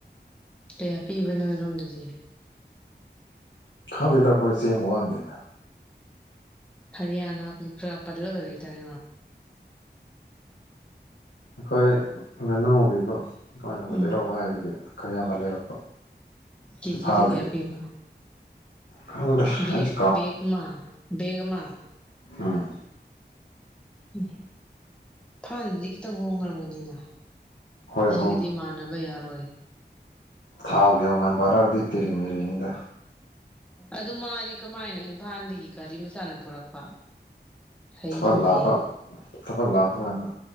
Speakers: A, in the centre; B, on the left (about 85°).
A: ꯀꯩ ꯍꯥꯄꯤꯕꯅꯣꯔꯣꯝꯗꯗꯤ
B: ꯈꯪꯗꯦꯗ ꯑꯩꯈꯣꯏ ꯆꯦꯡ ꯋꯥꯍꯟꯗꯦꯅ
A: ꯍꯔꯌꯥꯅꯥ ꯀ ꯂꯤꯔꯤ ꯄꯨ꯭ꯔꯥ ꯄꯠꯂꯒ ꯂꯩꯂꯤ ꯇꯥꯏ
B: ꯑꯩꯈꯣꯏ ꯉꯥꯅꯨꯒꯤꯀꯣ ꯏꯄꯥꯅꯒ
A: ꯎꯝ
B: ꯂꯩꯔꯥꯎ ꯍꯥꯏꯕꯒꯤ ꯈꯔ ꯌꯥꯝ ꯂꯩꯔꯛꯄ
A: ꯀꯦꯖꯤꯗ
B: ꯏꯝꯐꯥꯜꯗꯒꯤ
A: ꯀꯌꯥ ꯄꯤꯕ
B: ꯈꯪꯗꯦ
A: ꯒ
B: ꯑꯩꯁꯨ
A: ꯦꯒ ꯃꯥ ꯦꯒ ꯃꯥ
B: ꯑꯥ
A: ꯎꯝ ꯐꯥꯟꯗꯨꯗꯤ ꯈꯤꯇꯪ ꯍꯣꯡꯅꯔꯝꯒꯅꯤꯅ
B: ꯍꯣꯏ
A: ꯁꯤꯒꯤꯗꯤ
B: ꯍꯣ
A: ꯃꯥꯟꯅꯕ ꯌꯥꯔꯣꯏ
B: ꯊꯥꯎꯒꯤ ꯃꯃꯥꯟ ꯄꯥꯔꯛꯑꯗꯤ ꯇꯤꯔꯤ ꯃꯦꯔꯤꯅꯤꯗ
A: ꯑꯗꯨ ꯃꯥꯗꯤ ꯀꯃꯥꯏꯅ ꯏꯝꯐꯥꯜꯗꯒꯤ ꯒꯥꯔꯤ ꯃꯆꯥꯅ ꯄꯨꯔꯛꯄ ꯍꯩꯗꯨꯝ
B: ꯊꯕꯛ ꯂꯥꯞꯄ
A: ꯍꯩꯌꯦꯅꯦ
B: ꯊꯕꯛ ꯂꯥꯞꯄ ꯀꯥꯟꯗ